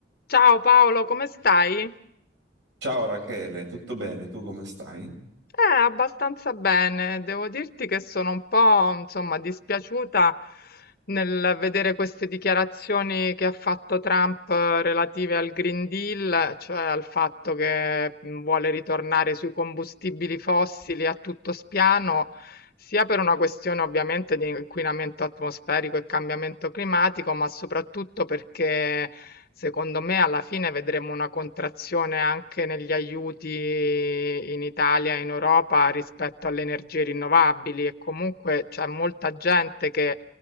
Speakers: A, on the left; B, on the right.
A: Ciao Paolo, come stai?
B: Ciao Rachele, tutto bene? Tu come stai?
A: Eh, abbastanza bene. Devo dirti che sono un po', insomma, dispiaciuta nel vedere queste dichiarazioni che ha fatto Trump eh, relative al Green Deal, cioè al fatto che mh, vuole ritornare sui combustibili fossili a tutto spiano, sia per una questione ovviamente di inquinamento atmosferico e cambiamento climatico, ma soprattutto perché secondo me alla fine vedremo una contrazione anche negli aiuti in Italia e in Europa rispetto alle energie rinnovabili e comunque c'è molta gente che